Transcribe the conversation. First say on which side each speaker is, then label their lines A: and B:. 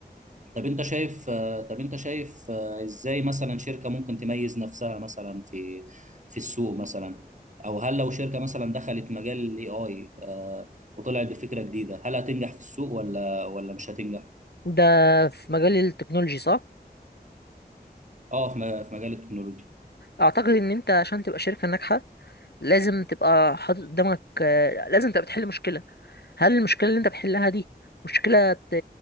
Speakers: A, on the right (about 45°); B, on the left (about 75°).
A: طب انت شايف آه، طب انت شايف آه، ازاي مثلا شركة ممكن تميز نفسها مثلا في في السوق مثلا او هل لو شركة مثلا دخلت مجال الاي اي وطلعت بفكرة جديدة هل هتنجح في السوق ولا ولا مش هتنجح
B: ده في مجال التكنولوجي صح
A: اه في م- في مجال التكنولوجيا
B: اعتقد ان انت عشان تبقى شركه ناجحه لازم تبقى حاطط قدامك آه، لازم تبقى بتحل مشكله هل المشكلة اللي انت بتحلها دي مشكلة بت-